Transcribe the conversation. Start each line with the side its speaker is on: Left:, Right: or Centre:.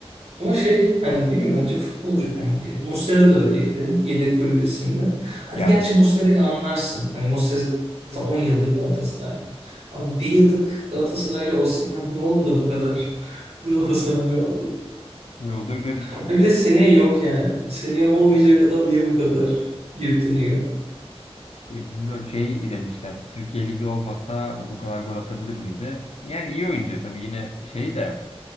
Right: Ama şey hani bilmiyorum bence futbolcu kanki. Muslera da öyleydi. Yedek kulübesinde. Hadi
Left: Yani
Right: gerçi Muslera'yı anlarsın. Hani Muslera zaten 10 yıllık Galatasaraylı. Abi bir yıllık Galatasaraylı Osimhen ne oldu da bu kadar Galatasaraylı oldu?
Left: o da garip.
Right: Ha bir de seneye yok yani. Seneye olmayacak adam niye bu kadar yırtınıyor?
Left: Ya bilmiyorum şey demişler. Türkiye Ligi olmasa bu kadar gol atabilir miydi? Yani iyi oyuncu tabii yine şey de